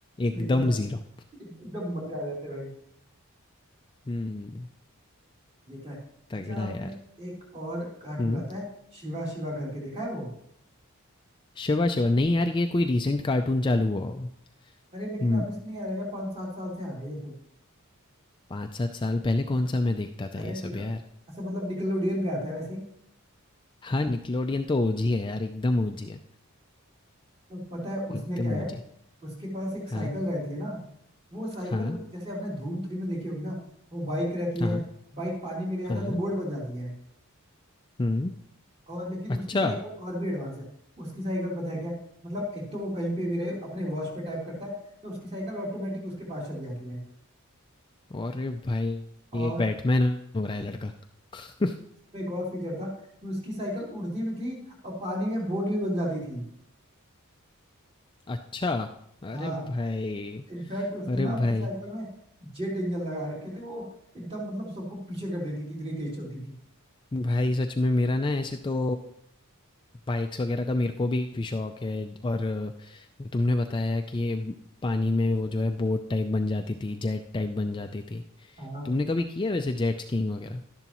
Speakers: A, on the right (about 25°); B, on the left (about 20°).
A: सही
B: एकदम
A: बात है।
B: जीरो
A: एक- एकदम मजे आ जाते भाई
B: हम्म
A: ये तो है
B: तगड़ा
A: अच्छा आपने
B: है यार
A: एक और कार्टून
B: हम्म
A: आता है शिवा शिवा करके देखा है वो
B: शिवा शिवा नहीं यार ये कोई रीसेंट कार्टून चालू हुआ होगा
A: अरे लेकिन
B: हम्म
A: अभी से नहीं आ रहा है पांच सात साल से आ रहा है ये तो
B: पाँच सात साल पहले कौन सा मैं देखता था
A: अरे
B: ये सब
A: निकल
B: यार
A: अच्छा मतलब निकलोडियन पे आता है वैसे
B: हाँ निकलोडियन तो ओजी है यार एकदम ओजी है
A: तो पता है उसमें
B: एकदम
A: क्या
B: ओजी
A: है उसके पास एक साइकिल
B: हाँ
A: रहती है ना वो साइकिल
B: हाँ
A: जैसे आपने धूम थ्री में देखी होगी ना वो बाइक रहती
B: हाँ
A: है बाइक पानी में रह जाता
B: हाँ
A: है तो बोट बन जाती है
B: हम्म
A: और लेकिन
B: अच्छा
A: उसकी साइकिल और भी एडवांस है उसकी साइकिल पता है क्या है? मतलब एक तो वो कहीं पे भी रहे अपने वॉच पे टाइप करता है तो उसकी साइकिल ऑटोमेटिक उसके पास चली जाती है
B: और भाई
A: और
B: ये एक बैटमैन हो रहा है लड़का <laughs>
A: इसमें एक और फीचर था कि उसकी साइकिल उड़ती भी थी और पानी में बोट भी बन जाती थी
B: अच्छा अरे
A: हाँ
B: भाई
A: इनफैक्ट उसने
B: अरे
A: ना अपनी
B: भाई
A: साइकिल में जेट इंजन लगा रखे थे वो एकदम मतलब सबको पीछे कर देती थी इतनी तेज चलती थी
B: भाई सच में मेरा ना ऐसे तो बाइक्स वगैरह का मेरे को भी काफी शौक है और तुमने बताया कि ये पानी में वो जो है बोट टाइप बन जाती थी जेट टाइप बन जाती थी
A: हाँ
B: तुमने कभी किया है वैसे जेट स्कीइंग वगैरह